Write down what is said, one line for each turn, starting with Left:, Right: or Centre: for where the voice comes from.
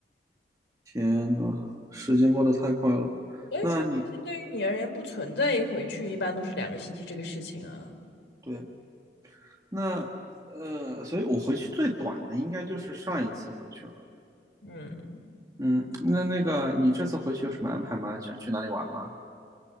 Right: 天呐，时间过得太快了。
Left: 所以说其实对于你而言不存在一回去，
Right: 那你
Left: 一般都是两个星期这个事情啊。
Right: 对，那呃，所以我回去最短的应该就是上一次回去了。
Left: 嗯。
Right: 嗯，那那个你这次回去有什么安排吗？想去哪里玩吗？